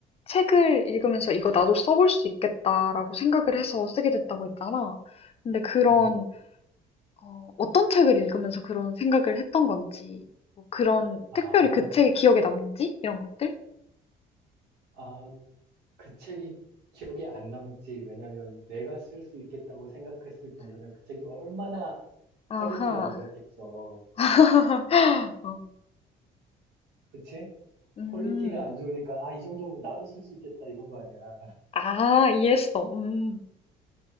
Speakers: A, on the left; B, on the right.
A: 책을 읽으면서 이거 나도 써볼 수 있겠다라고 생각을 해서 쓰게 됐다고 했잖아. 근데 그런,
B: 음,
A: 어, 어떤 책을 읽으면서 그런 생각을 했던 건지, 뭐 그런,
B: 아,
A: 특별히 그 책이 기억에 남는지? 이런 것들?
B: 아, 그 책이 기억에 안 남지. 왜냐면 내가 쓸 수 있겠다고 생각했을 정도면 그 책이 얼마나 퀄리티가
A: 아하.
B: 안 좋았겠어.
A: <laughs> 어,
B: 그치?
A: 음,
B: 퀄리티가 안 좋으니까, 아, 이 정도면 나도 쓸 수 있겠다, 이런 거 아니야. <laughs>
A: 아, 이해했어. 음.